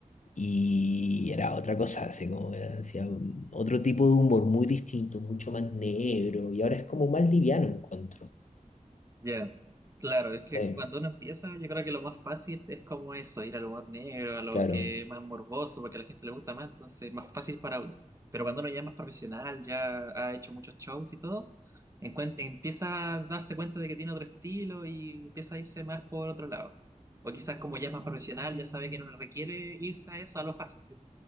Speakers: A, on the left (about 65°); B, on the right (about 25°).
A: y era otra cosa, así como que hacía un- otro tipo de humor muy distinto, mucho más negro, y ahora es como más liviano encuentro.
B: Ya, Claro, es que
A: Eh,
B: cuando uno empieza, yo creo que lo más fácil es como eso, ir al humor negro, a lo
A: claro,
B: que es más morboso, porque a la gente le gusta más, entonces es más fácil para uno. Pero cuando uno ya es más profesional, ya ha hecho muchos shows y todo, encuen- empieza a darse cuenta de que tiene otro estilo y empieza a irse más por otro lado. O quizás como ya es más profesional, ya sabe que no le requiere irse a eso, a lo fácil, sino